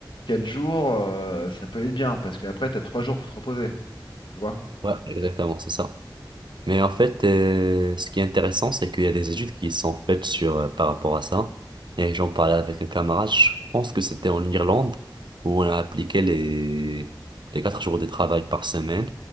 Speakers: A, on the left; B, on the right.
A: 4 jours, euh, ça peut être bien parce qu'après, tu as 3 jours pour te reposer. Tu vois?
B: Ouais, exactement, c'est ça. Mais en fait, euh, ce qui est intéressant, c'est qu'il y a des études qui sont faites sur, euh, par rapport à ça. Et j'en parlais avec un camarade, je pense que c'était en Irlande, où on a appliqué les, les quatre jours de travail par semaine.